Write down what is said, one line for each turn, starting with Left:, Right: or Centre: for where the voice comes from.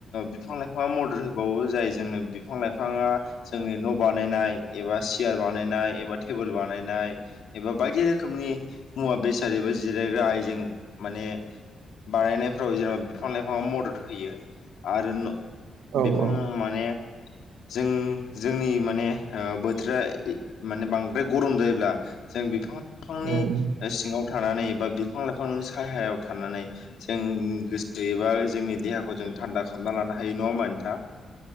Left: बिफां लाइफां बिफाङा मदद होबावो जायो जोंनो बिफां लाइफाङा जोंनि न' बानायनाय एबा सियार बानायनाय एबा टेबोल बानायनाय एबा बायदि रोखोमनि मुवा बेसाद एबा जिरायग्रा आयजें माने बानायनायफ्राव जेनेबा बिफां लाइफाङा मदद होयो आरो न'
Right: औ
Left: बिफां
Right: औ
Left: माने जों जोंनि माने ओ बोथोरा माने बांद्राय गरम जायोब्ला जों बिफां लाइफांनि
Right: औ
Left: सिङाव थानानै एबा बिफां लाइफांनि सायहायाव थानानै जों गोसो एबा जोंनि देहाखौ जों थान्दा खालामना लानो हायो नङा होमबा नोंथां?